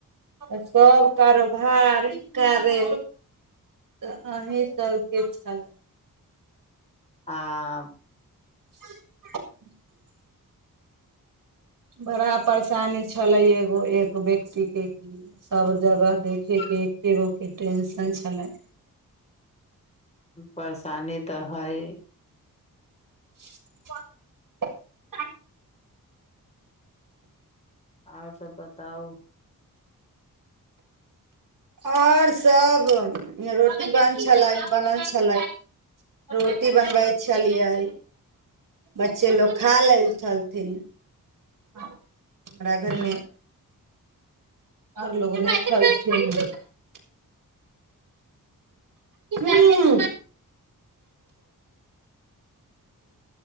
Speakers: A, on the right; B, on the left.
A: सभ कारोबार कारे अही सबके छल
B: हाँ
A: <unintelligible> बड़ा परेशानी छलै एगो एक व्यक्ति के क सभ जगह देखयके एकेगो के टेंशन छलै
B: परेशानी तऽ हइ
A: <unintelligible>
B: आओर सब बताउ
A: आओर सभ रोटी बन छलै बनल छलै रोटी बनबै छलियै बच्चे लोको खा ल छलथिन हमरा घर मे <unintelligible> हुँ